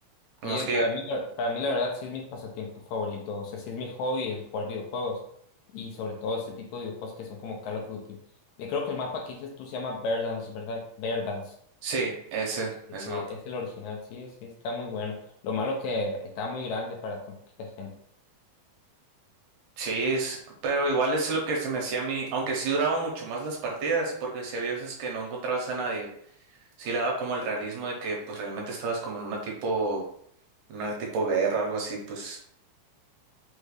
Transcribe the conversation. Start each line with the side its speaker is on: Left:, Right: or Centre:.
Right: Nomás
Left: Sí,
Right: que
Left: para
Right: yo,
Left: mí, la- para mí la verdad sí es mi pasatiempo favorito, o sea, sí es mi hobby el jugar videojuegos y sobre todo este tipo de videojuegos que son como Call of Duty. Y creo que el mapa que dices tú se llama Verdansk, ¿verdad? Verdansk.
Right: sí, ese,
Left: Sí,
Right: ese
Left: sí,
Right: mapa.
Left: es el original, sí, sí, está muy bueno. Lo malo que está muy grande para tan poquita gente.
Right: Sí, es, pero igual es lo que se me hacía a mí, aunque sí duraban mucho más las partidas, porque si había veces que no encontrabas a nadie, sí le daba como el realismo de que pues realmente estabas como en una tipo, una tipo guerra o algo así, pues